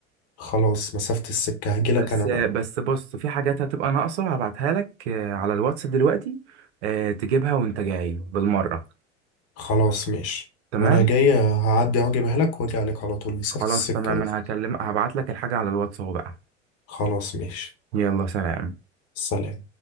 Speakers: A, on the left; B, on the right.
A: خلاص مسافه السكه هجيلك
B: بس
A: انا بقى
B: آه بس بص في حاجات هتبقى ناقصة هبعتها لك آه على الواتس دلوقتي آه تجيبها وانت جاي بالمرة
A: خلاص ماشي
B: تمام
A: وانا جاي هعدي اجيبها لك واجي عليك على طول مسافه
B: خلاص
A: السكه
B: تمام انا
A: بس
B: هكلم هبعت لك الحاجة على الواتس اهو بقى
A: خلاص ماشي
B: يلا سلام
A: سلام